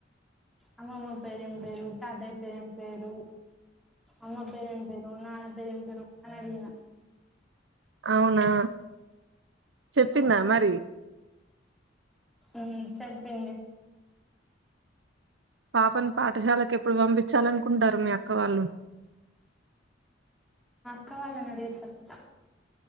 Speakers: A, in the centre; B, on the right (about 70°).
A: అమ్మమ్మ పేరేంపేరు తాతయ్య పేరంపేరు అమ్మా పేరేం పేరు నాన్న పేరు ఏం పేరు అని అడిగిిన
B: అవునా చెప్పిందా మరి
A: మ్ చెప్పింది
B: పాపని పాఠశాలకు ఎప్పుడు పంపిచాలనుకుంటాల్లు మీ అక్క వాళ్ళు
A: క్కవాలానడిగి చెప్తా